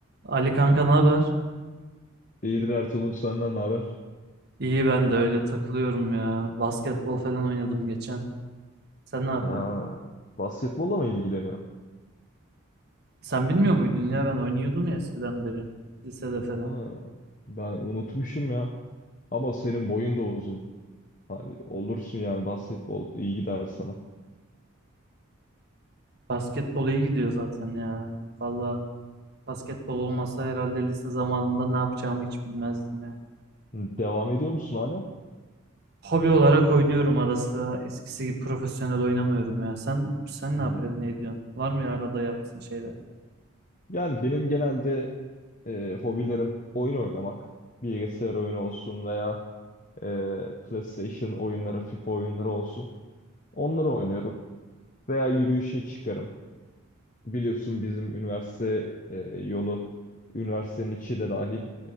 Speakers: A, on the right (about 50°); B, on the left (about 40°).
A: Ali kanka ne haber?
B: İyidir Ertuğrul senden ne haber?
A: İyi ben de öyle takılıyorum ya. Basketbol falan oynadım geçen. Sen ne yapıyorsun?
B: Ha, basketbolla mı ilgileniyorsun?
A: Sen bilmiyor muydun ya ben oynuyordum ya eskiden beri. Lisede falan.
B: Aa, ben unutmuşum ya. Ama senin boyun da uzun. Hani olursun yani basketbol iyi gider sana.
A: Basketbol iyi gidiyor zaten ya. Valla basketbol olmasa herhalde lise zamanında ne yapacağımı hiç bilmezdim ya.
B: Hı, Devam ediyor musun hala?
A: Hobi olarak oynuyorum ara sıra. Eskisi gibi profesyonel oynamıyorum ya. Sen sen
B: Hmm.
A: ne yapıyorsun? Ne ediyorsun? Var mı ya arada yaptığın şeyler?
B: Yani benim genelde e, hobilerim oyun oynamak. Bilgisayar oyunu olsun veya e, PlayStation oyunları, FIFA oyunları olsun. Onları oynuyorum. Veya yürüyüşe çıkarım. Biliyorsun bizim üniversite e, yolu, üniversitenin içi de dahil